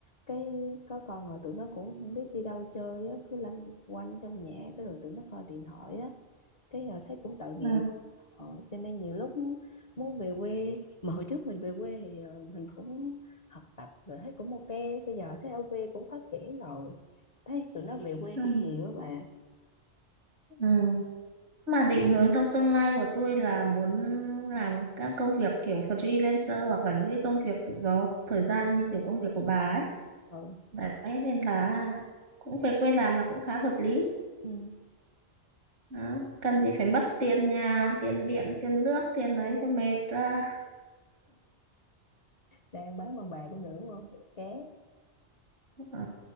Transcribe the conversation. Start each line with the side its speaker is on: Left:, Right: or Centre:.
Left: cái có con là tụi nó cũng không biết đi đâu chơi á cứ lanh quanh trong nhà cái rồi tụi nó coi điện thoại á cái họ thấy cũng tội
Right: Ừ.
Left: nghiệp ờ, cho nên nhiều lúc muốn về quê mà hồi trước mình về quê thì ờ, mình cũng học tập rồi thấy cũng ok bây giờ thấy ở quê cũng phát triển rồi thấy tụi nó về quê
Right: Ừ.
Left: cũng nhiều á bà
Right: Ừ. Mà định hướng trong tương lai của tôi là muốn làm các công việc kiểu freelancer hoặc là những cái công việc tự do thời gian như kiểu công việc của bà ấy.
Left: ừ.
Right: Đấy, nên là cũng về quê làm là cũng khá hợp lý.
Left: ừ.
Right: Đó. Cần gì phải mất tiền nhà, tiền điện, tiền nước, tiền ấy cho mệt ra.
Left: đang bán bằng bà cũng được đúng không ké
Right: Ờ,